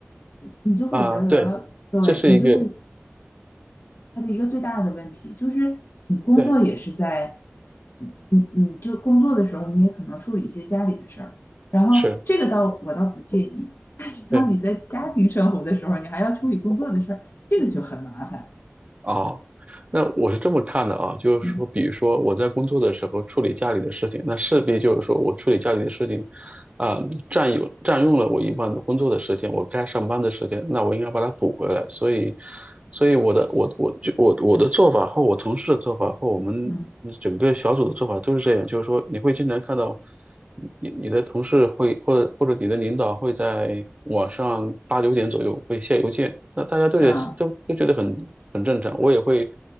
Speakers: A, on the left; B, on the right.
A: 你你就会觉得，
B: 啊，对，
A: 对，
B: 这是一个
A: 你就会它的一个最大的问题就是你工作也是在，
B: 对，
A: 你你你就工作的时候你也可能处理一些家里的事儿，然后这个倒我倒不介意，
B: 是。
A: <laughs> 但是当你在家庭生活的时候，
B: 对。
A: 你还要处理工作的事儿，这个就很麻烦。
B: 啊，那我是这么看的啊，就是说，
A: 嗯。
B: 比如说我在工作的时候处理家里的事情，那势必就是说我处理家里的事情，啊、占有占用了我一半的工作的时间，我该上班的时间，那我应该把它补回来。所以，所以我的我我就我我的做法和我同事的做法和我们整个小组的做法都是这样，
A: 嗯
B: 就是说你会经常看到。你你的同事会或者或者你的领导会在晚上八九点左右会下邮件，那大家都觉得都都觉得很很正常，
A: 嗯，
B: 我也会